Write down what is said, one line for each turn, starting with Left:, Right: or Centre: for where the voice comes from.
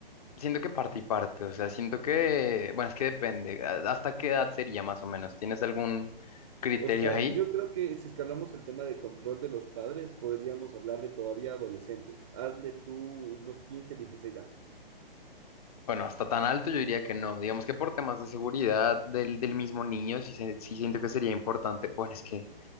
Left: siento que parte y parte, o sea, siento que, bueno, es que depende, ¿a- ¿hasta qué edad sería más o menos? ¿Tienes algún criterio
Right: O sea,
Left: ahí?
Right: yo creo que si es que hablamos el tema de control de los padres, podríamos hablar de todavía adolescentes. Hazle tú unos quince, dieciséis años.
Left: Bueno, hasta tan alto yo diría que no, digamos que por temas de seguridad del, del mismo niño, sí, se- sí siento que sería importante, bueno, es que